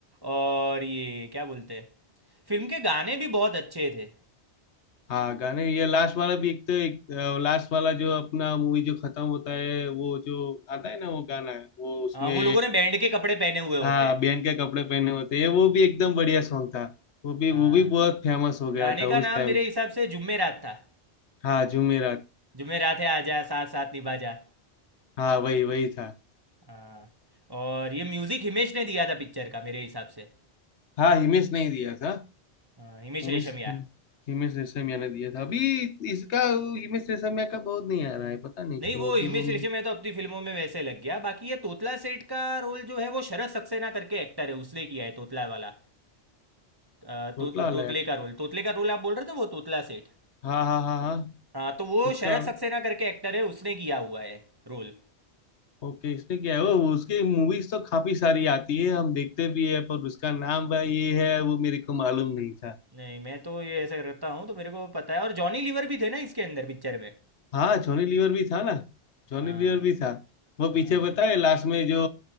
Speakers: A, on the right; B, on the left.
A: और ये क्या बोलते हैं फिल्म के गाने भी बहुत अच्छे थे
B: हाँ गाने ये लास्ट वाला भी एक तो एक लास्ट वाला जो अपना मूवी जो खत्म होता है वो जो आता है ना वो गाना है वो उसमें
A: हाँ वो लोगों ने बैंड के कपड़े पहने हुए होते
B: हाँ
A: हैं
B: बहन के कपड़े पहने होते हैं वो भी एकदम बढ़िया सॉन्ग था वो भी
A: हाँ
B: वो भी बहुत फेमस हो गया
A: गाने
B: था उस
A: का नाम
B: टाइम
A: मेरे हिसाब से जुम्मे रात था
B: हाँ जुमेरात
A: जुम्मे रात है आजा साथ साथ निभा जा
B: हाँ वही वही था
A: हाँ, और ये म्यूजिक हिमेश ने दिया था पिक्चर का मेरे हिसाब से
B: हाँ हिमेश नहीं दिया था
A: हाँ, हिमेश
B: हिमेश
A: रेशमिया
B: हिमेश रेशमिया ने दिया था अभी इसका हिमेश रेशमिया का बहुत नहीं आ रहा है पता नहीं
A: नहीं
B: क्यों
A: वो हिमेश
B: अभी वो
A: रेशमिया तो अपनी फिल्मों में वैसे लग गया बाकी ये तोतला सेठ का रोल जो है वो शरद सक्सेना करके एक्टर है उसने किया है तोतला वाला अ,
B: थोतला
A: तो, तो,
B: वाला
A: तोतले
B: है
A: का रोल तोतले का रोल आप बोल रहे थे वो तोतला सेठ
B: हाँ हाँ हाँ हाँ
A: हाँ तो वो
B: उसका
A: शरद सक्सेना करके एक्टर है उसने किया हुआ है रोल
B: ओके इसने क्या है वो वो उसकी मूवीज तो काफी सारी आती है हम देखते भी है पर उसका नाम भाई ये है वो मेरे को मालूम नहीं था
A: नहीं मैं तो ये ऐसा करता हूँ तो मेरे को पता है और जॉनी लीवर भी थे ना इसके अंदर पिक्चर में
B: हाँ जॉनी लीवर भी था ना जॉनी
A: हाँ
B: लीवर भी था वो
A: हाँ
B: पीछे पता है लास्ट में जो